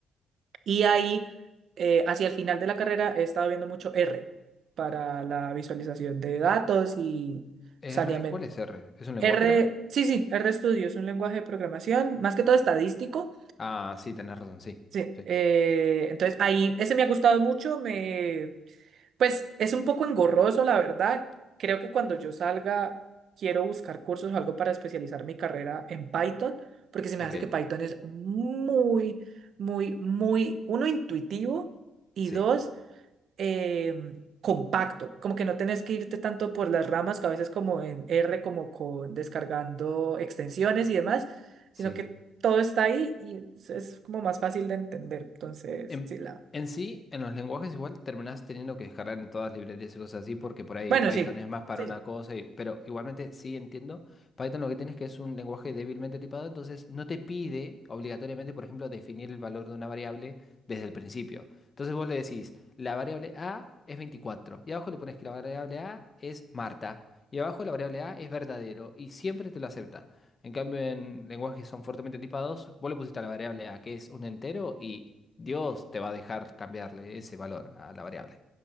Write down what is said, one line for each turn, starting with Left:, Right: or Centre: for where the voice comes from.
Right: Y ahí, eh, hacia el final de la carrera, he estado viendo mucho R para la visualización de datos y
Left: R,
Right: saneamiento.
Left: ¿cuál es R? ¿Es un lenguaje
Right: R,
Left: también?
Right: sí, sí, RStudio es un lenguaje de programación, más que todo estadístico.
Left: Ah, sí, tenés razón, sí.
Right: Sí,
Left: Sí.
Right: eh, entonces ahí, ese me ha gustado mucho, me, Pues es un poco engorroso, la verdad. Creo que cuando yo salga, quiero buscar cursos o algo para especializar mi carrera en Python, porque se me
Left: Ok.
Right: hace que Python es muy, muy, muy, uno, intuitivo y
Left: Sí.
Right: dos, eh, compacto. Como que no tenés que irte tanto por las ramas, que a veces como en R, como con descargando extensiones y demás, sino
Left: Sí.
Right: que todo está ahí y es, es como más fácil de entender. Entonces,
Left: En,
Right: sí, la...
Left: en sí, en los lenguajes igual terminás teniendo que descargar en todas las librerías y cosas así, porque por ahí
Right: Bueno,
Left: Python
Right: sí.
Left: es más para
Right: sí,
Left: una
Right: sí.
Left: cosa, y- pero igualmente sí entiendo. Python lo que tiene es que es un lenguaje débilmente tipado, entonces no te pide obligatoriamente, por ejemplo, definir el valor de una variable desde el principio. Entonces vos le decís, la variable A es 24 y abajo le pones que la variable A es Marta, y abajo la variable A es verdadero, y siempre te lo acepta. En cambio, en lenguajes que son fuertemente tipados, vos le pusiste a la variable A, que es un entero, y Dios te va a dejar cambiarle ese valor a la variable.